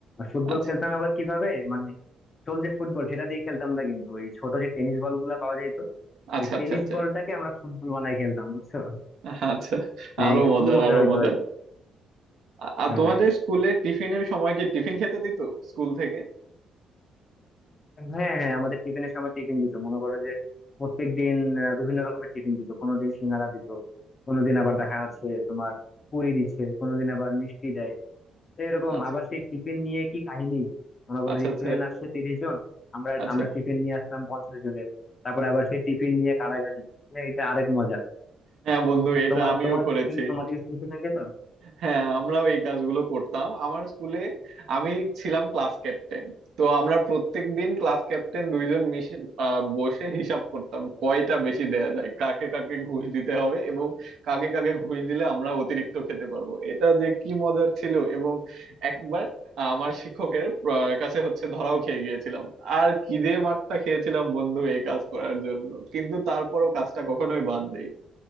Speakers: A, on the left (about 40°); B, on the right (about 70°).
A: ফুটবল
B: আচ্ছা
A: খেলতাম আবার কিভাবে মানে সোল যে ফুটবল সেটা দিয়ে খেলতাম না কিন্তু ওই ছোট যে টেনিস বল গুলা পাওয়া যেত
B: আচ্ছা
A: ওই টেনিস
B: আচ্ছা আচ্ছা
A: বলটাকে আমরা ফুটবল বানাই খেলতাম বুঝছো
B: আহা, আচ্ছা
A: মানে
B: আরো মজার
A: খুবই মজা
B: আরো
A: হইতো
B: মজার
A: আর কি
B: আ- আর
A: হ্যাঁ
B: তোমাদের স্কুলে টিফিনের সময় কি টিফিন খেতে দিত স্কুল থেকে
A: হ্যাঁ হ্যাঁ আমাদের টিফিনের সময় টিফিন দিত মনে করো যে প্রত্যেক দিন বিভিন্ন রকমের টিফিন দিত কোনোদিন সিঙ্গাড়া দিত কোনোদিন আবার দেখা যাচ্ছে তোমার পুরি দিচ্ছে কোনোদিন আবার মিষ্টি দেয় তো এরকম
B: আচ্ছা
A: আবার সেই টিফিন নিয়ে কি কাহিনী মনে করো
B: আচ্ছা আচ্ছা
A: স্টুডেন্ট আসছে তিরিশ জন আমরা
B: আচ্ছা
A: আমরা টিফিন নিয়ে আসতাম পঞ্চাশ জনের তারপরে আবার সেই টিফিন নিয়ে কাড়াকাড়ি মানে এটা আরেক মজা
B: হ্যাঁ বন্ধু
A: তো
B: এটা
A: তোমার
B: আমিও
A: তোমার
B: করেছি
A: টিফিন তোমার স্কুল টিফিন দিত
B: হ্যাঁ আমরাও এই কাজগুলো করতাম আমার স্কুলে আমি ছিলাম ক্লাস ক্যাপ্টেন তো আমরা প্রত্যেক দিন ক্লাস ক্যাপ্টেন দুইজন মিশে আহ, বসে হিসাব করতাম কয়টা বেশি দেয়া যায় কাকে কাকে ঘুষ দিতে হবে এবং কাকে কাকে ঘুষ দিলে আমরা অতিরিক্ত খেতে পারবো এটা যে কি মজার ছিল এবং একবার আহ, আমার শিক্ষকের আহ, কাছে হচ্ছে ধরাও খেয়ে গিয়েছিলাম আর কি যে মারটা খেয়েছিলাম বন্ধু এই কাজ করার জন্য কিন্তু তারপরও কাজটা কখনোই বাদ দেইনি